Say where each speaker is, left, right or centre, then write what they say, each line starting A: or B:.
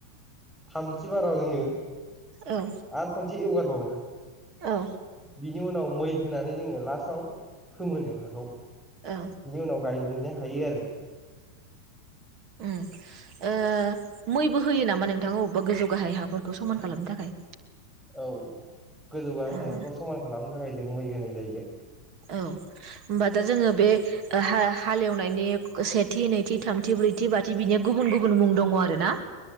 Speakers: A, in the centre; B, on the right.
A: थामथि बाराव जोंङो
B: औ
A: आरो खनसे एवगार बावयो।
B: औ
A: बिनि उनाव मै होनानै जोंङो लास्टआव फोमोनो हाखौ।
B: औ
A: इनि उनाव गाय नो हायो आरो
B: ओम ओ मैबो होयो नामा नोंथां अबेबा गोजौ गाहाय हाफोरखौ समान खालामनो थाखाय?
A: औ गोजौ गाहाय
B: ओ
A: हाखौ समान खालामनो थाखाय जों मै होनाय जायो।
B: औ होमबा दा जोंङो बे ओ हा हालेवनायनि सेथि नैथि थामथि ब्रैथि बाथि बिनिया गुबुन गुबुन मुं दङ आरो ना